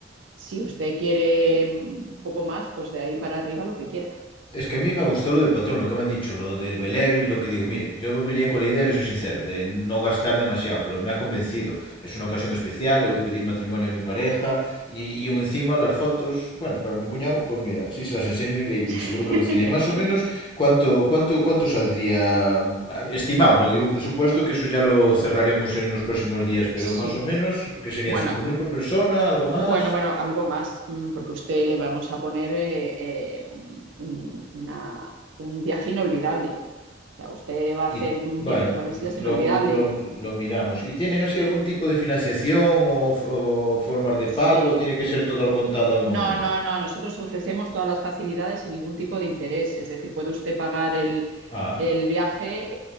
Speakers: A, on the right; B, on the left.
A: Si usted quiere un poco más, pues de ahí para arriba lo que quiera.
B: Es que a mí me gustó lo del patrón, lo que me ha dicho, lo del velero y lo que digo. Mire, yo venía con la idea, le soy sincero, de no gastar demasiado, pero me ha convencido. Es una ocasión especial, le voy a pedir matrimonio a mi pareja y, y aún encima las fotos, bueno, para mi cuñado, pues mira, sí se las enseño y, y
A: <laughs>
B: seguro que alucina. Y más o menos, ¿cuánto, cuánto, cuánto saldría estimado? No digo presupuesto, que eso ya lo cerraremos en los próximos días, pero
A: Sí.
B: más o menos, ¿qué serían
A: Bueno,
B: 5.000 por persona, algo más.
A: Bueno, bueno, algo más, mm, porque a usted le vamos a poner eh, eh, un, un- una- un viaje inolvidable. O sea, usted va a hacer
B: Y
A: un
B: bueno,
A: viaje por las
B: lo,
A: islas inolvidable.
B: lo, lo miramos. ¿Y tienen así algún tipo de financiación o, f- o formas de
A: Sí.
B: pago? ¿O tiene que ser todo al contado al momento?
A: No, no, no. Nosotros ofrecemos todas las facilidades sin ningún tipo de interés. Es decir, puede usted pagar el,
B: Ah,
A: el viaje